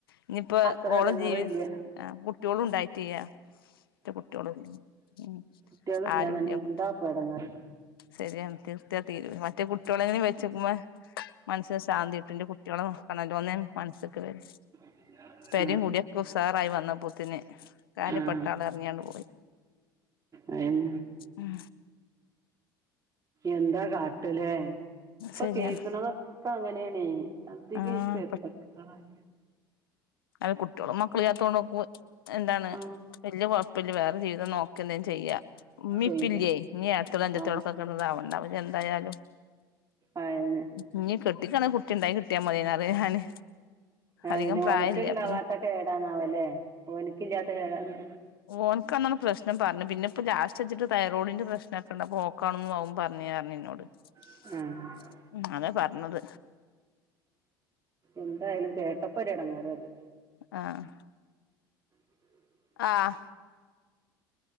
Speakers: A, on the left (about 85°); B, on the right (about 30°).
A: ഇഞ്ഞിപ്പോ
B: അത്ര
A: ഓള
B: എടങ്ങേറില്ല
A: ജീവി ആ കുട്ടികളും ഉണ്ടായിട്ടില്ല ഒറ്റ കുട്ടികളുല്ല ഉം
B: കുട്ട്യാൾ ഇല്യന്ന്ണ്ടെങ്കി
A: ആരുല്ല കുട്ടി
B: എന്താപ്പ എടങ്ങേറ്
A: ശരിയാണ് തീർത്താ തീരുല മറ്റേ കുട്ട്യാകെങ്കിലും വെച്ചെക്കുമ്പ മനസ്സിന് ശാന്തികിട്ടും ന്റെ കുട്ട്യാളെ നോക്കണല്ലോന്ന് മനസ്സ്ക്ക് വെരും
B: ആ
A: പേരിം കൂടിയൊക്കെ ഉസാറായി വന്നപ്പോത്തിന് കാര്യപ്പെട്ട
B: ആഹ്
A: ആൾ എറങ്ങിയണ്ട് പോയി
B: അയെന്നെ
A: ഉം
B: എന്താ കാട്ടലെ ഇപ്പ
A: ശരിയാണ്
B: കേക്ക്ണതൊക്കെ അങ്ങനെണ് അധിക
A: ആഹ്
B: ഈ ചെർപ്പക്കാര്
A: അഹ് കുട്ട്യാളും മക്കള ഇല്ലത്തോണ്ട് നോക്കുമ്പ എന്താണ്
B: ആ
A: വല്യയ കൊയ്പ്പല്ല വേറെ ജീവിതം നോക്ക എന്തേം ചെയ്യാ ഇമ്മി
B: ചെയ്യ
A: ഇപ്പി ല്ലേയ് ഇനി ഏട്ടത്തിയാളോ അന്ജതിയാള്ളൊക്കൊ
B: ആ
A: ക്കെതാവണ്ടെ അപ്പൊ ഇഞ്ഞി എന്തായാലും
B: ആഹ് ഇല്ല
A: ഇഞ്ഞി കെട്ടികോട്ന്നാകുട്ടി ഉണ്ടായി കിട്ടിയാ മതെയ്നി അതാ ഞാന്
B: ആഹ്
A: അധികം
B: പിന്നെ ഓന്ക്ക്
A: പ്രായല്ല
B: ഇണ്ടാവാത്ത
A: അപ്പൊ
B: കേടാണാവല്ലേ ഓനിക്ക് ഇല്ലാത്ത കേടാണോ
A: ഓന്ക്കാ ന്നാണ് പ്രശ്നം പറഞ് പിന്ന ഇപ്പ ലാസ്റ്റ് വെച്ചിട്ട് തൈറോഡിന്റെ പ്രശ്നക്കണ്ട് അപ്പോ ഓക്കാണ് അവും പറഞ്പ്പ ഇന്നോട് ഉ
B: ആഹ്
A: ഉം അതാ പറ്ഞ്ഞത്
B: എന്തായാലും കേട്ടപ്പൊരു എടങ്ങേറ് അത്
A: ആഹ്
B: ഉ
A: ആഹ്